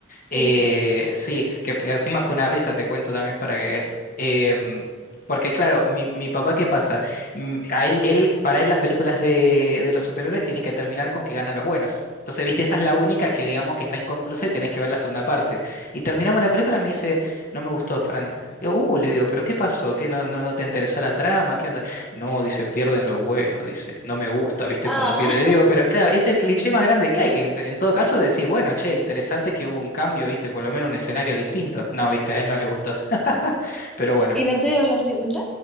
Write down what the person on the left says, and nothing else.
Eh,
sí, que p- encima fue una risa, te cuento también para que... em, porque claro, mi, mi papá, ¿qué pasa? Mm, A él, él, para él las películas de, de los superhéroes tienen que terminar con que ganan los buenos. Entonces, viste, esa es la única que digamos que está inconclusa y tenés que ver la segunda parte. Y terminamos la película, me dice, no me gustó, Fran. Digo, uh, le digo, ¿pero qué pasó? ¿Qué no, no, no te interesó la trama? ¿Qué onda? No, dice, pierden los buenos, dice. No me gusta, ¿viste?
Cuando pierden. Le digo, pero claro, es el cliché más grande que hay, que en, en todo caso decís, bueno, che, interesante que hubo un cambio, ¿viste? Por lo menos un escenario distinto. No, ¿viste? A él no le gustó. <laughs> Pero bueno.